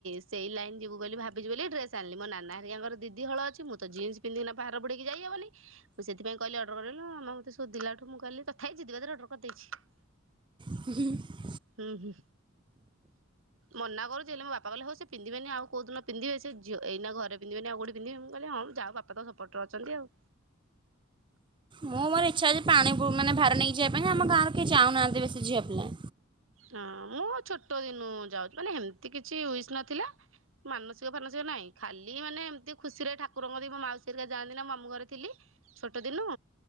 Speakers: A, on the right (about 80°); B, on the right (about 25°).
A: ସେଇ ଲାଇନ୍ ଯିବୁ ବୋଲି ଭାବିଚୁ ବୋଲି ଡ୍ରେସ୍ ଆଣିଲି। ମୋ ନନା ହାରିଆଙ୍କର ଦିଦି ଦିଦି ହଳ ଅଛି। ମୁଁ ତ ଜିନ୍ସ୍ ପିନ୍ଧିକିନା ଭାର ବୁଡେଇକି ଯାଇହବନି ମୁଁ ସେଥିପାଇଁ କହିଲି ଅର୍ଡର କରିବାକୁ, ମୋ ମାମା ମତେ ଶୋଧିଲାଠୁ ମୁଁ କହିଲି ତଥାପି ଜିଦି ବାଦରେ ଅର୍ଡର କରିଦେଇଛି।
B: <unintelligible>
A: ହୁଁ ହୁଁ। ମନା କରୁଛି ହେଲେ ମୋ ବାପା କହିଲେ, ହୋଉ ସେ ପିନ୍ଧି ବେନି ଆଉ କୋଉ ଦିନ ପିନ୍ଧିବେ? ସେ ଝିଅ-ଏଇ ନା ଘରେ ପିଧିବେନି ଆଉ କୋଉଠି ପିନ୍ଧିବେ? ମୁଁ କିହିଲି ହମ୍ ଯାଉ ବାପା ତ ସପୋର୍ଟରେ ଅଛନ୍ତି ଆଉ?
B: ମୁଁ ମୋର ଇଚ୍ଛା ଅଛି ପାଣି ବୋହି, ମାନେ ଭାର ନେଇକି ଯିବା ପାଇଁ, ଆମ ଗଁରେ କେହି ଯାଉନାହାନ୍ତି ବେଶୀ ଝିଅ ପିଲା।
A: ହଁ ମୁଁ ଛୋଟ ଦିନୁ ଯାଉଛି, ମାନେ ହେମିତି କିଛି ୱିସ୍ ନଥିଲା ମାନସିକ ଫାନସିକ ନାହିଁ। ଖାଲି ମାନେ ଏମିତି ଖୁସିରେ ଠାକୁରଙ୍କ କତିକି ମୋ ମାଉସୀ ହାରିକା ଯାଆନ୍ତି ନା ମୋ ମାମୁ ଘରେଥିଲି-' ଛୋଟ ଦିନୁ,